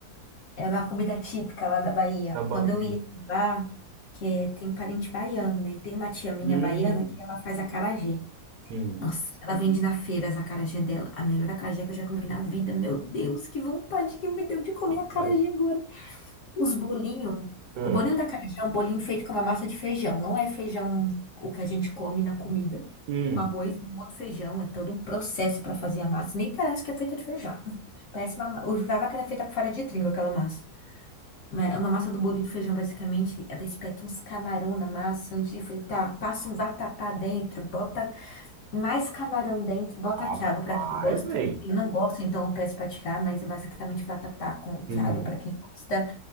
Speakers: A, on the left; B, on the right.
A: É uma comida típica lá da Bahia.
B: da Bahia.
A: Quando eu ia pra lá, que é- tem parente baiano, né? E tem uma tia minha
B: Hum,
A: baiana que ela faz acarajé.
B: hum.
A: Nossa, ela vende na feira as acarajé dela. A melhor acarajé que eu já comi na vida. Meu Deus, que vontade que me deu de comer
B: Rapaz.
A: acarajé agora. Os bolinhos.
B: Hum.
A: O bolinho da acarajé é um bolinho feito com uma massa de feijão. Não é feijão o que a gente come na comida.
B: Hum.
A: Com arroz e um outro feijão. É todo um processo para fazer a massa. Nem parece que é feita de feijão. <laughs> Parece uma... Eu jurava que era feita com farinha de trigo aquela massa. Mas É uma massa do bolinho de feijão, basicamente. Ela espeta uns camarão na massa antes de fritar. Passa um vatapá dentro. Bota mais camarão dentro. Bota
B: Rapaz,
A: quiabo para quem gosta.
B: velho.
A: Eu não gosto, então eu peço para tirar. Mas é basicamente vatapá com quiabo
B: Uhum.
A: para quem gosta